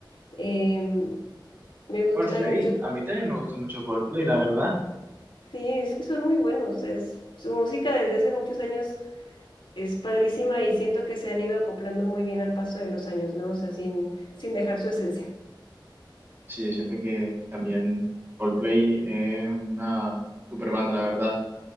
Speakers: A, on the left; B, on the right.
A: Em, me gustan
B: Coldplay,
A: mucho,
B: a mí también me gusta mucho Coldplay, la verdad.
A: sí, es que son muy buenos, es, su música desde hace muchos años es padrísima y siento que se han ido acoplando muy bien al paso de los años, ¿no? O sea, sin, sin dejar su esencia.
B: Sí, siento que también Coldplay es una super banda, la verdad.